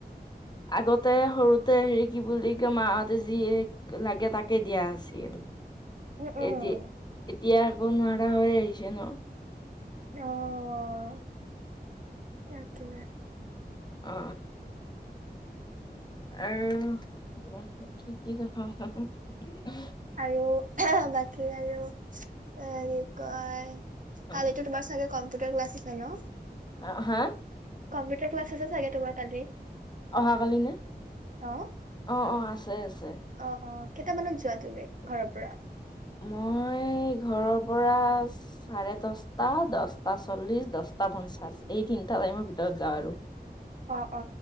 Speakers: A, on the left; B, on the right.
A: আগতে সৰুতে হেৰি কি বুলি কয় মাৰতে যি। লাগে তাকে দিয়া আছিল।
B: উম, উম,
A: এতি এতিয়া আকৌ নোৱাৰা হৈ আহিছে ন!
B: অ', তাকে।
A: অ। আৰু কি কি কথা <unintelligible>
B: আৰু অহ বাকী আৰু। এ কি কয়
A: অ',
B: কালিতো তোমাৰ চাগে কম্পিউটাৰ ক্লাছ আছে ন?
A: অ হা।
B: কম্পিউটাৰ ক্লাছ আছে চাগে তোমাৰ কালি।
A: অহাকালি নে!
B: অ',
A: অ অ আছে আছে।
B: অ অ কেইটামানত যোৱা তুমি ঘৰৰ পৰা।
A: মই ঘৰৰ পৰা। চাৰে দছটা, দছটা চল্লিছ, দছটা পঞ্চাছ এই তিনিটা টাইমৰ ভিতৰত যাওঁ আৰু।
B: অ অ